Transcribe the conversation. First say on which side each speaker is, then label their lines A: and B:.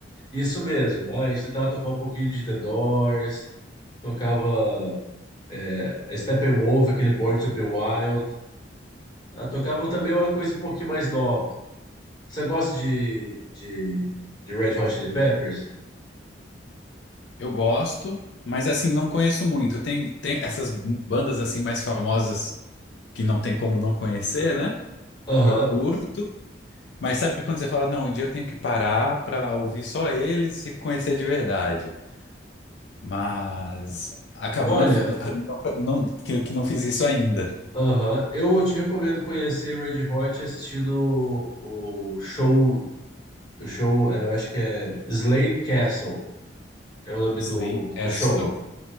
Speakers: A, on the left; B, on the left.
A: isso mesmo. Ah, a gente tentava tocar um pouquinho de The Doors, tocava é, Steppenwolf, aquele Born to Be Wild. Ah, tocava também uma coisa um pouquinho mais nova. Você gosta de, de, de Red Hot Chili Peppers?
B: Eu gosto, mas assim, não conheço muito. Tem, tem essas bandas assim mais famosas que não tem como não conhecer, né?
A: Aham,
B: Eu curto, mas sabe quando você fala, não, um dia eu tenho que parar pra ouvir só eles e conhecer de verdade. Mas acabo
A: Olha,
B: não, <laughs> não, não que, que não fiz isso ainda.
A: aham, eu te recomendo conhecer Red Hot assistindo o show, o show, é, eu acho que é Slade Castle, é o nome
B: Slim
A: do,
B: Castle.
A: do show.